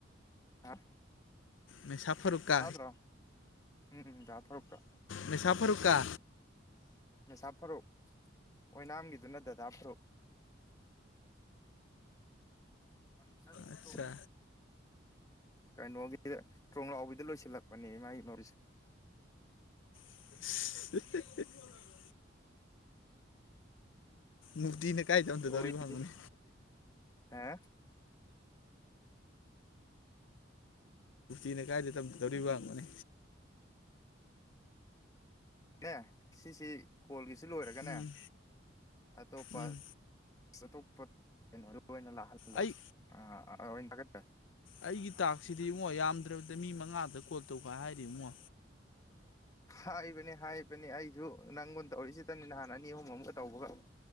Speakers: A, on the left; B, on the left.
A: ꯍꯥ
B: ꯃꯦꯁꯥ ꯐꯔꯨꯛꯥ
A: ꯇꯥꯗ꯭ꯔꯣ ꯎꯝ ꯗꯥ ꯐꯔꯨꯛꯀ
B: ꯃꯁꯥ ꯐꯔꯨꯛ ꯁꯤꯀ
A: ꯃ ꯁꯥꯥꯞ ꯐꯔꯣ ꯑꯣꯏꯣꯏ ꯅꯥꯝꯒꯤꯗꯨꯅ ꯗꯗꯥ ꯐ꯭ꯔꯨꯞ ꯑ
B: ꯑꯠꯆꯥ
A: ꯣ ꯀꯩꯅꯣꯒꯤ ꯊꯣꯡꯡꯂꯥꯎꯕꯤꯗ ꯂꯣꯏꯁꯤꯜꯂꯛꯄꯅꯦ ꯏꯃꯥꯒꯤ ꯃꯧꯔꯤꯁꯦ
B: <unintelligible> ꯃꯐꯇꯅ ꯀꯥꯏ ꯆꯗ
A: ꯂꯣꯏꯗꯦ
B: ꯇꯧꯔꯤ ꯐ ꯃꯅꯤ
A: ꯑꯦ
B: ꯤꯅꯦ ꯀꯥꯏꯗꯇ ꯇꯧꯔꯤ ꯋꯥ ꯃꯅꯤ
A: ꯅꯦ ꯁꯤꯁꯤ ꯀꯣꯜꯒꯤꯁꯤ ꯂꯣꯏꯔꯒꯅꯦ
B: ꯎꯝ
A: ꯑꯇꯣꯞꯄ
B: ꯎꯝ
A: ꯇꯞꯄ ꯂꯣꯏꯅ ꯂꯥꯛꯍꯜꯂꯒꯦ
B: ꯑꯩ
A: ꯑ ꯑꯥ ꯑ ꯑꯣꯏ ꯊꯠ
B: ꯑꯩꯒꯤ ꯇꯥꯛꯁꯤꯗꯤ ꯏꯡꯉꯣ ꯌꯥꯝꯗ꯭ꯔꯕꯗ ꯃꯤ ꯃꯉꯥꯗ ꯀ ꯇ ꯀ ꯍꯥꯏꯔꯤ ꯃꯣ
A: ꯍꯥꯏꯕꯅꯦ ꯍꯥꯏꯕꯅꯦ ꯑꯩꯁꯨ ꯅꯪꯉꯣꯟ ꯇꯧꯔꯤꯁꯤꯗꯅꯤ ꯅꯍꯥꯟ ꯑꯅꯤ ꯑꯍꯨꯝ ꯑꯝꯒ ꯇꯧꯕꯒ